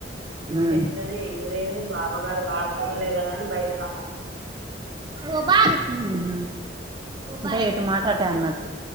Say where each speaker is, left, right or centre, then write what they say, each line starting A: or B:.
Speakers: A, on the right (about 25°); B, on the right (about 85°).
A: ఉమ్
B: చెప్తది ఎందు లేదు బాబా గారు బాగుండలే కదా అని బయట సమ్మాధ
A: అగొ బోల్ హు హు అంటే ఎటు మట్ట అట్టే అన్నటు